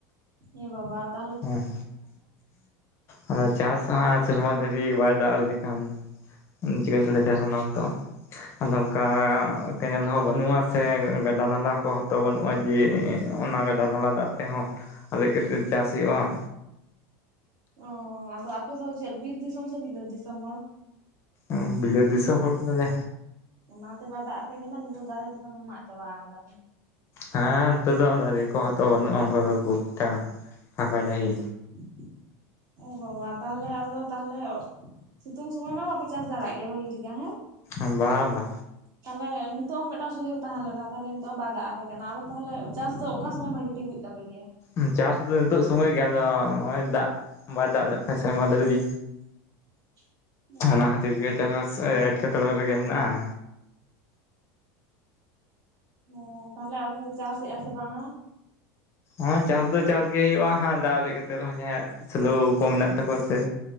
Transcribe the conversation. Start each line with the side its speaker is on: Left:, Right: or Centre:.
Right: ᱮ ᱵᱟᱵᱟ ᱛᱟᱦᱞᱮ
Left: ᱮᱸᱦ᱾ ᱟᱸ ᱪᱟᱥ ᱟᱸ ᱥᱮᱨᱢᱟ ᱡᱟᱹᱨᱤ ᱵᱟᱭ ᱫᱟᱜ ᱞᱮᱠᱷᱟᱱ, ᱩᱸ ᱪᱤᱠᱟᱹ ᱛᱮ ᱞᱮ ᱪᱟᱥ ᱚᱱᱟ ᱚᱠᱛᱚ? ᱟᱫᱚ ᱚᱝᱠᱟ ᱠᱮᱱᱮᱞ ᱦᱚᱸ ᱵᱟᱹᱱᱩᱜᱼᱟ ᱥᱮ ᱜᱟᱰᱟ-ᱱᱟᱞᱟ ᱠᱚᱦᱛᱚ ᱵᱟᱹᱱᱩᱜᱼᱟ ᱡᱮ ᱮᱸ ᱚᱱᱟ ᱜᱟᱰᱟ-ᱱᱟᱞᱟ ᱫᱟᱜ ᱛᱮᱦᱚᱸ ᱟᱨᱮᱡ ᱠᱟᱛᱮᱫ ᱪᱟᱥ ᱦᱩᱭᱩᱜᱼᱟᱸ᱾
Right: ᱚᱸ ᱟᱫᱚ ᱟᱯᱮ ᱫᱚ ᱪᱮᱫ 'ᱵᱤᱨ ᱫᱤᱥᱚᱢ' ᱥᱮ 'ᱵᱤᱞᱟᱹᱫ ᱫᱤᱥᱚᱢ' ᱦᱚᱲ?
Left: ᱩᱸ 'ᱵᱤᱞᱟᱹ' ᱫᱤᱥᱚᱢ ᱦᱚᱲ ᱠᱟᱱᱟᱞᱮ᱾
Right: ᱚᱱᱟᱛᱮ ᱵᱟᱭ ᱫᱟᱜ ᱟᱯᱮ ᱠᱟᱱᱟ <inaudible> ᱫᱟᱨᱮ ᱠᱚᱯᱮᱸ ᱢᱟᱜ ᱪᱟᱵᱟᱣ ᱠᱟᱫᱟ ᱯᱮ᱾
Left: ᱦᱮᱸ, ᱚᱱᱛᱮ ᱫᱚ ᱫᱟᱨᱮ ᱠᱚᱦᱚ ᱛᱚ ᱵᱟᱹᱱᱩᱜᱼᱟ, ᱚᱝᱠᱟ ᱫᱚ ᱠᱷᱩᱵᱴᱟ ᱯᱷᱟᱸᱠᱟ ᱰᱟᱦᱤ
Right: <inaudible> ᱚ ᱵᱟᱵᱟ ᱛᱟᱦᱞᱮ ᱟᱫᱚ, ᱛᱟᱦᱞᱮ ᱥᱤᱛᱩᱝ ᱥᱚᱢᱚᱭ ᱢᱟ ᱵᱟᱯᱮ ᱪᱟᱥ ᱫᱟᱲᱮᱜ ᱜᱮ ᱵᱷᱟᱜᱤ ᱴᱤᱠᱟ ᱦᱮᱸ?
Left: ᱩᱸ ᱵᱟ-ᱵᱟ᱾
Right: ᱛᱟᱞᱮ ᱱᱤᱛᱚᱜ ᱦᱚᱸ ᱢᱮᱴᱟᱝ ᱥᱩᱡᱚᱠ ᱛᱟᱦᱮᱸ ᱞᱮᱱᱟ, ᱛᱟᱞᱮ ᱱᱤᱛᱚᱜ ᱚᱸ ᱵᱟᱭ ᱫᱟᱜ ᱟᱯᱮ ᱠᱟᱱᱟ᱾ ᱟᱫᱚ ᱛᱟᱦᱞᱮ ᱪᱟᱥ ᱫᱚ ᱚᱠᱟ ᱥᱚᱢᱚᱭ ᱵᱷᱟᱜᱤ ᱴᱤ ᱦᱩᱭᱩᱜ ᱛᱟᱯᱮ ᱜᱮᱭᱟ?
Left: ᱩᱸ ᱪᱟᱥ ᱫᱚ ᱱᱤᱛᱚᱜ ᱥᱚᱢᱚᱭ ᱜᱮ ᱟᱸᱫᱚ ᱦᱚᱸᱜᱼᱚᱭ ᱫᱟᱜ, ᱵᱟᱭ ᱫᱟᱜ ᱞᱮᱜᱠᱷᱟᱡ ᱥᱮᱣᱢᱟ ᱫᱟᱲᱤ ᱜᱤ!
Right: <inaudible> ᱚ
Left: ᱚᱱᱟ ᱦᱟᱛᱤᱨ ᱜᱮ ᱪᱟᱥ-ᱵᱟᱥ ᱮ ᱮᱴᱠᱮᱴᱚᱲᱮ ᱨᱮᱜᱮ ᱢᱮᱱᱟᱜᱼᱟ᱾
Right: ᱚ ᱛᱟᱦᱞᱮ ᱟᱫᱚ ᱯᱮ ᱪᱟᱥᱮᱜᱼᱟ ᱥᱮ ᱵᱟᱝᱟ?
Left: ᱦᱚᱸ ᱪᱟᱥ ᱫᱚ ᱪᱟᱥ ᱜᱮ ᱣᱩᱭᱩᱜᱼᱟ ᱦᱟᱸ ᱫᱟ ᱟᱨᱮᱡ ᱠᱟᱛᱮᱜ ᱫᱚ ᱦᱟᱸᱜ ᱡᱟᱦᱟᱸᱭᱟᱜ ᱥᱳᱞᱳ ᱠᱚ ᱢᱮᱱᱟᱜ ᱛᱟᱠᱚᱣᱟ ᱥᱮ